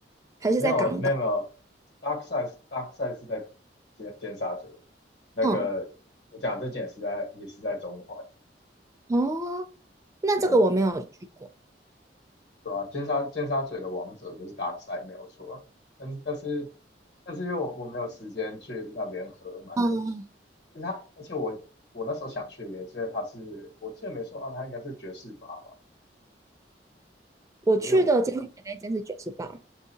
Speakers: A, on the right; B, on the left.
A: 还是在港岛？
B: 没有没有没有，Dark Side Dark Side 是在尖尖沙咀，那个我讲这间也是在也是在中环，
A: 嗯，哦，那这个我没有去过。
B: 对，对吧、尖沙尖沙咀的王者就是 Dark Side 没有错，但是但是但是因为我我没有时间去那边喝，蛮可惜。
A: 嗯，
B: 就是他，而且我我那时候想去的原因是因为他是，我记得没错啊，他应该是爵士吧吧，
A: 我去的尖沙咀那间是爵士
B: 因为我
A: b